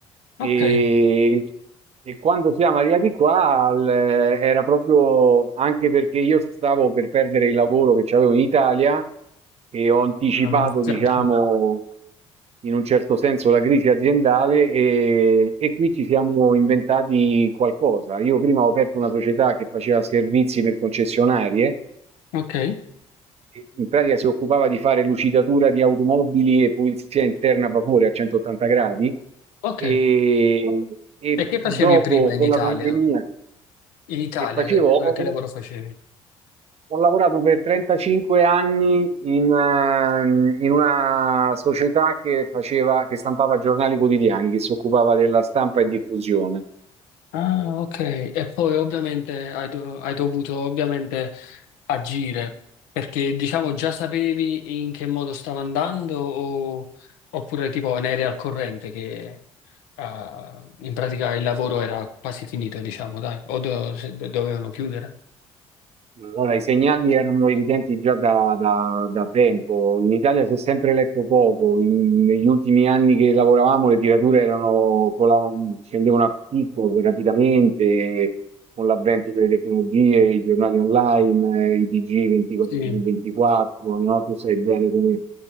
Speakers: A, on the left; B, on the right.
A: ok,
B: E, e quando siamo arrivati qua, al- era proprio anche perché io stavo per perdere il lavoro che avevo in Italia e ho anticipato,
A: Ah, mi dispiace.
B: diciamo in un certo senso la crisi aziendale e, e qui ci siamo inventati qualcosa. Io prima ho aperto una società che faceva servizi per concessionarie,
A: Ok,
B: e in pratica si occupava di fare lucidatura di automobili e pulizia interna a vapore a 180 gradi
A: ok.
B: e, e
A: E che
B: dopo
A: facevi prima in
B: con
A: Italia?
B: la pandemia
A: In Italia,
B: che facevo
A: che, che-
B: ho,
A: che lavoro facevi?
B: Ho lavorato per 35 anni in, ehm, in una società che faceva, che stampava giornali quotidiani, che si occupava della stampa e diffusione.
A: Ah, ok. E poi ovviamente hai, do- hai dovuto ovviamente agire, perché diciamo già sapevi in che modo stava andando o- oppure tipo ne eri al corrente che eh, in pratica il lavoro era quasi finito, diciamo, dai, o do- se- dovevano chiudere.
B: Allora, i segnali erano evidenti già da, da- da tempo. In Italia si è sempre letto poco. In- negli ultimi anni che lavoravamo, le tirature erano cola- scendevano a picco rapidamente con l'avvento delle tecnologie, i giornali online, eh, i TG 24
A: Sì.
B: su 24. No? Tu sai bene come